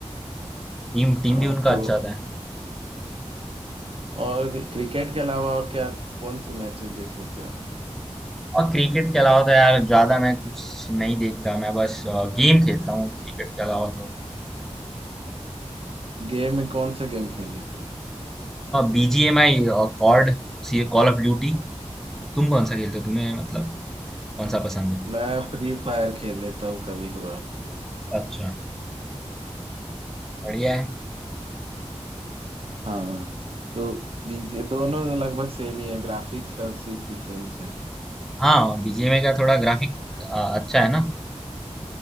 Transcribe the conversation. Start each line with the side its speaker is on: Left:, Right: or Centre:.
Centre: टीम टीम
Right: आ,
Centre: भी उनका
Right: तो
Centre: अच्छा होता है
Right: और क्रिकेट के अलावा और क्या कौन से मैचेस देख लेते हो
Centre: और क्रिकेट के अलावा तो यार ज्यादा मैं कुछ नहीं देखता मैं बस गेम खेलता हूँ क्रिकेट के अलावा तो
Right: गेम में कौन से गेम खेल लेते हो
Centre: बीजीएमआई कॉर्ड सी कॉल ऑफ ड्यूटी तुम कौन सा खेलते हो तुम्हें मतलब कौन सा पसंद है
Right: मैं फ्री फायर खेल लेता हूँ कभी कभार
Centre: अच्छा बढ़िया है
Right: हाँ हाँ। तो बीजे- दोनों लगभग सेम ही है ग्राफिक्स का सिर्फ डिफरेंस है
Centre: हाँ बीजीएमआई का थोड़ा ग्राफिक अच्छा है ना